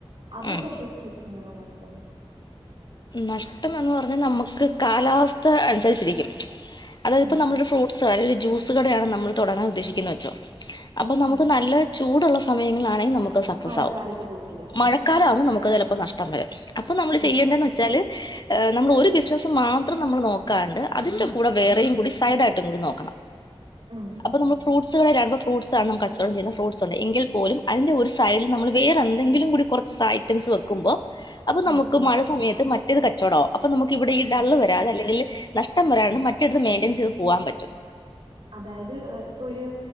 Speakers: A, on the right; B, on the left.
A: അതേ
B: ഉം
A: പറ്റി ചേച്ചിക്ക് എന്താ പറയാനുള്ളത്
B: നഷ്ടം എന്ന് പറഞ്ഞാൽ നമുക്ക് കാലാവസ്ഥ അനുസരിച്ചിരിക്കും അതായത്പ്പോ
A: ഉം
B: നമ്മളൊരു
A: ഉം
B: ഫ്രൂട്ട്സ് ട്സോ അല്ല ഒരു ജ്യൂസ് കടയാണ് നമ്മൾ തുടങ്ങാൻ ഉദ്ദേശിക്കുന്ന് വെച്ചോ അപ്പൊ നമുക്ക്
A: ഉം
B: നല്ല ചൂടുള്ള സമയങ്ങളാണെങ്കിൽ നമുക്ക് സക്സസാവും
A: മഴക്കാലത്ത് പോവില്ല ആ
B: മഴക്കാലം ആവു
A: അതെ
B: നമുക്ക് നഷ്ടം വരും അപ്പൊ നമ്മൾ
A: ഉം
B: ചെയ്യേണ്ടന്ന് വച്ച ച്ചാല് നമ്മള് ഒരു ബിസിനസ് മാത്രം മാത്രം നമ്മൾ നോക്കാണ്ട് അതിന്റെ കൂടെ വേറെയും കൂടി സൈഡ് ആയിട്ടും കൂടി നോക്കണം
A: ഉം
B: അപ്പൾ
A: ഉം
B: നമ്മൾ ഫ്രൂട്ട്സ് കടയിൽ ആകുമ്പോൾ ഫ്രൂട്ടസ്സാണ് നമ്മൾ കച്ചവടം ചെയ്യുന്ന എങ്കിൽ പോലും ഫ്രൂട്ടസ് ഉണ്ട് എങ്കിൽ പോലും അതിന്റെ ഒരു സൈഡിൽ നമ്മൾ വേറെ എന്തെങ്കിലും കൂടി കുറച്ച് ഐറ്റംസ് വെക്കുമ്പോ അപ്പൊ
A: ഉം
B: നമുക്ക്
A: ഉം
B: മഴ സമയത്ത് മറ്റേത് കച്ചോടാവും അപ്പം നമുക്ക് ഇവിടെ ഈ
A: ഉം
B: ടള്ള് വരാതെ അല്ലെങ്കിൽ നഷ്ടം വരാണ്ട്
A: ഉം
B: മറ്റടുത് മെയിന്റൻസ് ചെയ്ത് പോവാൻ പറ്റും
A: അതായത് ഇപ്പൊ ഒരു